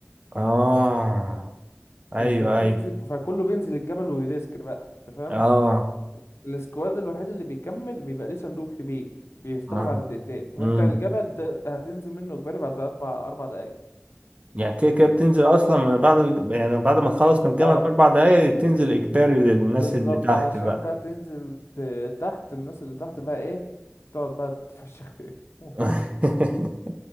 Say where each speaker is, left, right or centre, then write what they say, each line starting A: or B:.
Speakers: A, on the right (about 30°); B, on the left (about 85°).
A: اه ايوه
B: انت بتنزل
A: ايوه
B: فكله بينزل الجبل ويريسك بقى انت فاهم
A: اه
B: السكواد الوحيد اللي بيكمل بيبقى ليه صندوق كبير بيفتحه
A: ما
B: بعد دقيقتين وانت
A: امم
B: الجبل ت- هتنزل منه اجباري بعد اربع اربع دقايق
A: يعني كده كده بتنزل اصلا من بعد ال... يعني بعد ما تخلص من الجبل
B: اه
A: باربع دقايق تنزل اجباري للناس
B: بالظبط
A: اللي تحت
B: علشان
A: بقى
B: بقى تنزل ت- تحت الناس اللي تحت بقى ايه تقعد بقى تفشخ فيهم <laughs>
A: <laughs>